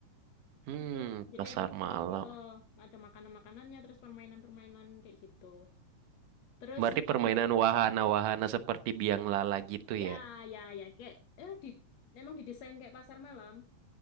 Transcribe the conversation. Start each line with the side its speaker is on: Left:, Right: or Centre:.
Right: Hmm,
Left: Gitu. Jadi
Right: pasar
Left: ada
Right: malam.
Left: eh, eh, ada makanan-makanannya, terus permainan-permainan kayak gitu. Terus
Right: Berarti
Left: ini,
Right: permainan wahana-wahana seperti biang lala gitu
Left: ya
Right: ya?
Left: ya ya kayak eh di memang didesain kayak pasar malam.